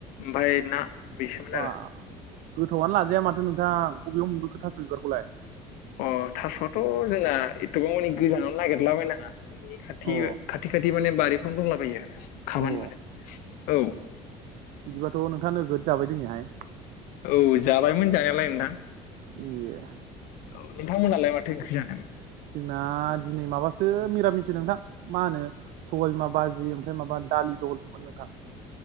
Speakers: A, on the left (about 70°); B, on the right (about 65°).
A: ओमफ्राय ना। बेसोमोन
B: बा
A: आरो
B: गोथावआनो लाजाया माथो नोंथां अबेयाव मोनबोखो थास' बिबारखौलाय?
A: अ थास'आथ जोंना एथबां मानि गोजानाव नागिरला बायनाङा नोंनि खाथि
B: अ
A: खाथि खाथि माने बारिफोरावनो दंलाबायो। खाबानो
B: अ
A: मोनो औ।
B: बिदिबाथ' नोंथाङा नोगोद जाबाय दिनैहाय।
A: औ जाबायमोन जानायालाय नोंथां।
B: ए।
A: औ नोंथांमोनहालाय माथो ओंख्रि जानायमोन?
B: जोंना दिनै माबासो मिरामिस नोंथां मा होनो सबाय बिमा बाजि ओमफ्राय माबा दालि जहलसोमोन नोंथां।